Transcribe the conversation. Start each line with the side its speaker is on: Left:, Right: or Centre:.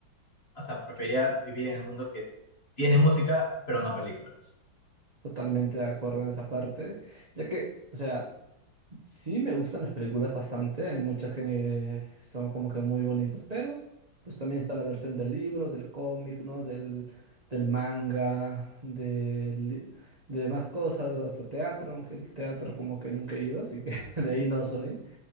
Left: O sea, preferiría vivir en el mundo que tiene música, pero no películas.
Right: Totalmente de acuerdo en esa parte, ya que, o sea... Sí, me gustan las películas bastante. Hay muchas que eh, son como que muy bonitas, pero pues también está la versión del libro, del cómic, ¿no? Del, del manga, del li- de, más cosas, hasta teatro, aunque el teatro como que nunca he ido, así que <laughs> de ahí no soy.